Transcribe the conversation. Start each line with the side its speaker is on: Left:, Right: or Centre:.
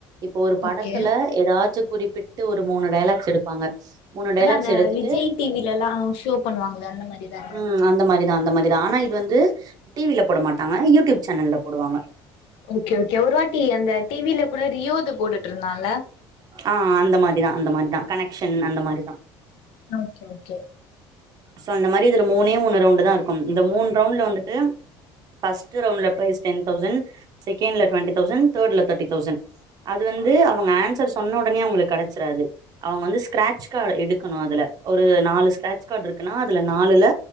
Right: இப்ப ஒரு படத்துல
Left: ஓகே
Right: எதாச்சு குறிப்பிட்டு ஒரு மூனு டைலாக்ஸ் எடுப்பாங்க மூணு டைலாக்ஸ்
Left: அதா அந்த
Right: எடுத்துட்டு
Left: விஜய் டிவி லலலா ஷோ பண்ணுவாங்ள அந்த மாரிதான
Right: ம் அந்த மாரிதா அந்த மாரி தா ஆனா இதுவந்து டிவி ல போட மாட்டாங்க யூடியூப் சேனல் ல போடுவாங்க
Left: ஓகே ஓகே ஒரு வாட்டி அந்த டிவி ல கூட ரியோ து போட்டுட்ருந்தால
Right: ஆ அந்த மாரிதா அந்த மாரிதா கனக்ஷன் அந்த மாரிதா
Left: ஓகே ஓகே
Right: ஸோ அந்த மாரி இதுல மூனே மூனு ரவுண்ட் தாருக்கும் இந்த மூன் ரவுண்ட்ல வந்துட்டு ஃப்ர்ஸ்ட்டு ரவுண்ட்ல ப்ரைஸ் டென் தௌசண்ட் செகண்ட்ல ட்வெண்டி தௌசண்ட் தேர்ட்ல தேர்ட்டி தௌசண்ட் அது வந்து அவங்க ஆன்சர் சொன்ன ஒடனே அவுங்களுக்கு கெடச்சுராது அவுங்க வந்து ஸ்கிராட்ச் கார்டு எடுக்கனு அதுல ஒரு நாலு ஸ்கிராட்ச் கார்டு இருக்குன்னா அதுல நாலுல